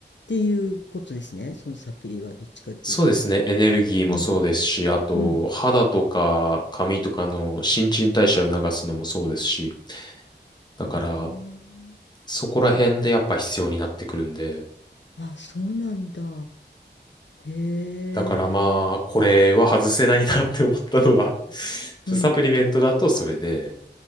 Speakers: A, on the left; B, on the left.
A: ていうことですね。そのサプリはどっちかっていうと。
B: そうですね。エネルギーもそうですし、
A: うん。
B: あと、
A: うん。
B: 肌とか髪とかの新陳代謝を促すのもそうですし、だから、
A: あ
B: そこら辺でやっぱ必要になってくるんで、
A: あ、あ、そうなんだ。へえ。
B: だからまあ、これは外せないなって思ったのは <laughs> ちょっとサプリメントだとそれで、
A: うん。